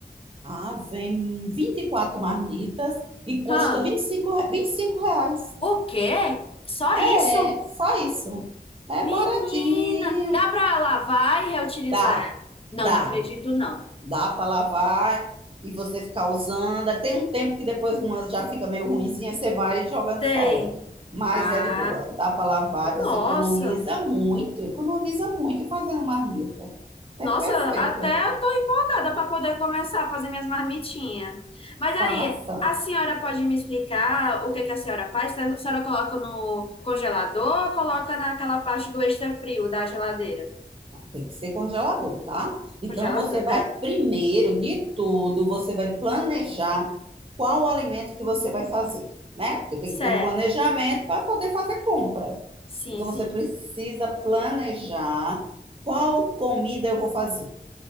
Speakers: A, on the right; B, on the left.
A: Ah, vem 24 marmitas e custa
B: Hã?
A: 25, re- 25 reais.
B: O quê? Só
A: É,
B: isso?
A: só isso. É
B: Menina,
A: baratinho.
B: dá pra lavar e reutilizar?
A: Dá,
B: Não,
A: dá,
B: não acredito, não.
A: dá para lavar e você ficar usando. Tem um tempo que depois uma já fica meio ruinzinha, você vai jogando
B: Tem.
A: fora. Mas
B: Ah,
A: é de boa, dá para lavar, você
B: nossa.
A: economiza muito, economiza muito fazendo marmita. É
B: Nossa,
A: perfeito,
B: até eu tô empolgada pra poder começar a fazer minhas marmitinhas. Mas aí,
A: faça.
B: a senhora pode me explicar o que que a senhora faz? A senhora coloca no congelador ou coloca naquela parte do extra frio da geladeira?
A: Tem que ser congelador, tá? Então
B: Congelador,
A: você
B: né?
A: vai, primeiro de tudo, você vai planejar qual o alimento que você vai fazer, né? Porque tem
B: Certo.
A: que ter um planejamento para poder fazer compra.
B: Sim,
A: Então
B: sim.
A: você precisa planejar qual comida eu vou fazer.